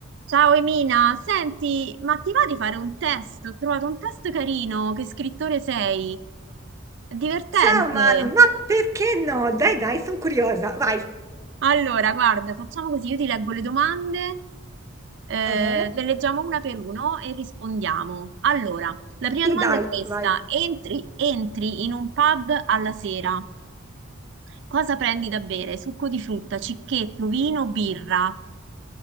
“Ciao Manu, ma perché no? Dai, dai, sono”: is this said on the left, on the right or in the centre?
Right